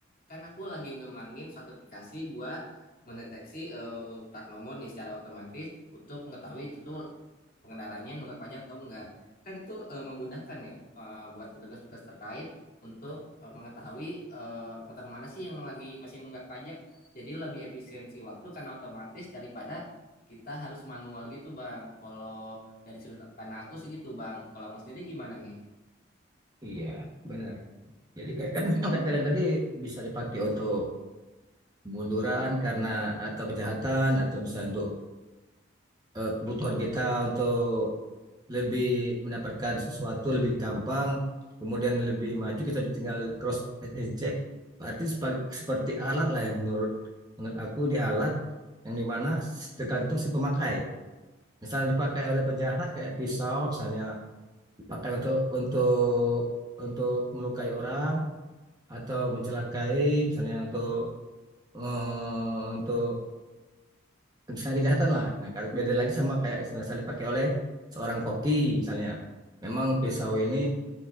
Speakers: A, on the left; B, on the right.
A: Kan aku lagi ngembangin suatu aplikasi buat mendeteksi eh, plat nomor nih secara otomatis untuk mengetahui itu tuh pengendaranya nunggak pajak atau enggak. Kan itu eh, memudahkan ya eh, buat petugas-petugas terkait untuk eh, mengetahui eh, motor mana sih yang lagi masih nunggak pajak. Jadi lebih efisiensi waktu karena otomatis daripada kita harus manual gitu, Bang. Kalau dari sudut pandang aku sih gitu, Bang. Kalau mau sendiri gimana nih?
B: Iya, benar. Jadi kayak kan yang kata Rian tadi bisa dipakai untuk kemunduran karena atau kejahatan atau bisa untuk eh, kebutuhan kita untuk lebih mendapatkan sesuatu lebih gampang, kemudian lebih maju kita tinggal cross and check. Berarti sepa- seperti alat lah ya menurut menurut aku di alat yang dimana tergantung si pemakai. Misalnya dipakai oleh penjahat kayak pisau misalnya dipakai untuk untuk untuk melukai orang atau mencelakai misalnya untuk eh, untuk misalnya kejahatan lah. Nah, kar- beda lagi sama kayak istilah dipakai oleh seorang koki misalnya. Memang pisau ini